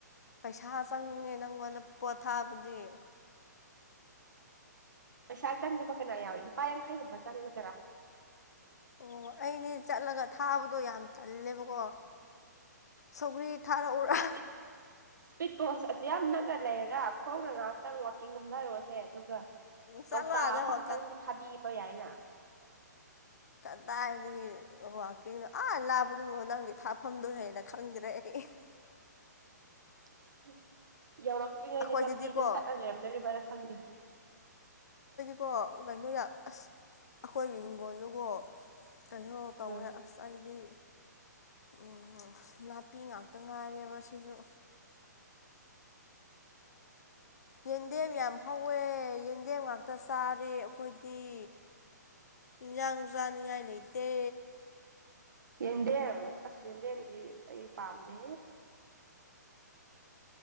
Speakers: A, on the left (about 60°); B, on the right (about 90°).
A: ꯄꯩꯁꯥ ꯆꯪꯉꯦ ꯅꯪꯉꯣꯟꯗ ꯄꯣꯠ ꯊꯥꯕꯗꯤ꯫
B: ꯄꯩꯁꯥ ꯆꯪꯗꯕ ꯀꯅꯥ ꯌꯥꯎꯏꯤ ꯂꯨꯄꯥ ꯌꯥꯡꯈꯩꯒꯨꯝꯕ ꯆꯪꯒꯗ꯭ꯔꯥ꯫
A: ꯑꯣ ꯑꯩꯗꯤ ꯆꯠꯂꯒ ꯊꯥꯕꯗꯣ ꯌꯥꯝ ꯇꯜꯂꯦꯕꯀꯣ ꯁꯧꯒ꯭ꯔꯤ ꯊꯥꯔꯛꯎꯔꯥ
B: ꯏꯁꯄꯤꯠ ꯏꯁꯄꯤꯠ ꯄꯣꯁ ꯑꯗꯨ ꯌꯥꯝ ꯅꯛꯅ ꯂꯩꯔꯒ ꯈꯣꯡꯅ ꯉꯥꯏꯍꯥꯛꯇꯪ ꯋꯥꯛ ꯀꯤꯡ ꯀꯨꯝꯊꯔꫭꯁꯦ ꯑꯗꯨꯒ
A: ꯆꯠꯂꯣ
B: ꯀꯧꯇꯥ
A: ꯑꯥꯗ
B: ꯑꯃꯈꯛꯇꯪꯗꯤ ꯊꯥꯕꯤꯕ ꯌꯥꯏꯅꯥ꯫
A: ꯀꯇꯗꯥꯏꯗꯒꯤ꯫ ꯑꯣ ꯀꯩꯅꯣ ꯑꯥ ꯂꯥꯕꯗꯨꯣ ꯅꯪꯒꯤ ꯊꯥꯐꯝꯗꯣꯍꯦꯅ ꯈꯪꯗ꯭ꯔꯦ ꯑꯩ꯫ <unintelligible>
B: <unintelligible> ꯌꯧꯔꯛꯇ꯭ꯔꯤꯉꯩꯗ
A: ꯑꯩꯈꯣꯏꯗꯗꯤꯀꯣ
B: ꯂꯝꯕꯤꯗ ꯇꯠꯅ ꯂꯩꯔꯝꯗꯣꯏꯔꯤꯕꯔ ꯈꯪꯗꯦ꯫
A: ꯀꯣ ꯀꯩꯅꯣ ꯔꯥ ꯑꯁ ꯑꯈꯣꯏꯒꯤ ꯍꯤꯡꯈꯣꯜꯗꯨꯀꯣ ꯀꯩꯅꯣ ꯇꯧꯋꯦ
B: ꯎꯝ
A: ꯑꯁ ꯑꯩꯗꯤ ꯎꯝ ꯅꯥꯄꯤ ꯉꯥꯛꯇ ꯉꯥꯏꯔꯦꯕ ꯁꯤꯁꯨ꯫ ꯌꯦꯟꯗꯦꯝ ꯌꯥꯝ ꯍꯧꯋꯦ ꯌꯦꯟꯗꯦꯝ ꯉꯥꯛꯇ ꯆꯥꯔꯦ ꯑꯩꯈꯣꯏꯗꯤ꯫ ꯏꯟꯖꯥꯡꯁ ꯆꯥꯅꯤꯡꯉꯥꯏ ꯂꯩꯇꯦ꯫
B: ꯌꯦꯞꯗꯦꯝ ꯑꯁ ꯌꯦꯟꯗꯦꯝꯗꯤ ꯑꯩ ꯄꯥꯝꯗꯦ꯫